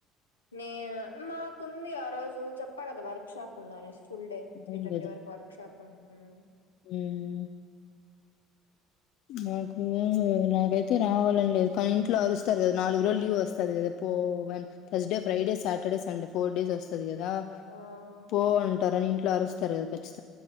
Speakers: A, on the left (about 85°); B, on the left (about 55°).
A: నేను మాకుంది. ఆ రోజు చెప్ ప్పగద వర్క్ షాపుందనేస్ ఫుల్ డే
B: అవును
A: త్రీ తర్టీ వరకు వర్క్ షాప్ ఉంద్. ఉహ్
B: ఉహ్మ్ నాకు నాకైతే రావాలని లేదు. కానీ ఇంట్లో అరుస్తారు కదా నాలుగు రోజులు లీవ్ వస్తది. దా పో one Thursday, Friday, Saturday, Sunday four days వోస్త్ తది కదా
A: ఆ
B: పో అంట్ టరనిం ట్లరుస్తరు గద కచ్చితంగ్